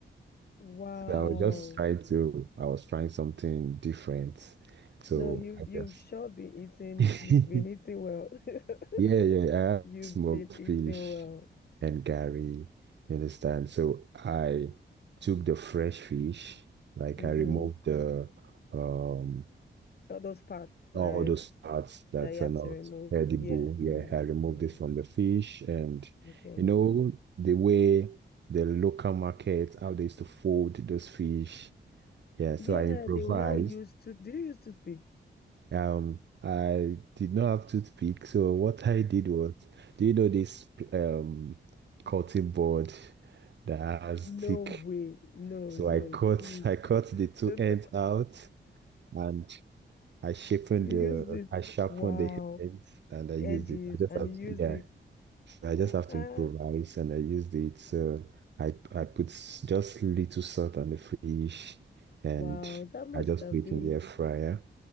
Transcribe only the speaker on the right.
I was just trying to, I was trying something different. So
I
just,
<laughs>
yeah,
yeah, I had
smoked
fish
and Gary, you understand? So I took the fresh fish, like
I removed the, um,
all
those parts that
are not
edible.
Yeah,
I removed
it from the fish. And,
you know, the way the local market, how they used to fold those fish. Yeah, so
I improvised.
Um, I did not have toothpick, so what I did was, do you know this um cutting board that has thick?
So
I cut
<laughs> I cut the two
ends
out and I sharpened
the
I sharpened
the ends and I
used it. I just
have
to, yeah.
So I
just have to improvise and I used it. So I I put s- just little salt on the fish and
I just
put it
in the air fryer